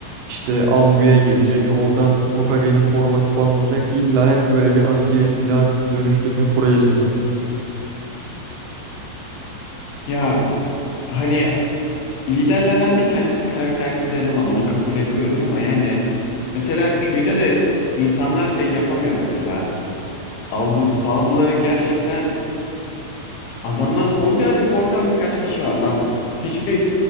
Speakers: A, on the right; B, on the left.
A: işte Anbu'ya girecek. Oradan Hokage'nin koruması falan olacak. İlla hep böyle bir askeri silah dönüştürme projesi var.
B: Ya hani Liderlerden bir tanesi karaktersiz eleman onu kabul ediyorum ama yani mesela köyde de insanlar şey yapamıyor mesela. Algı, bazıları gerçekten adamdan korkuyor. Hadi korkan birkaç kişi var lan. Hiçbir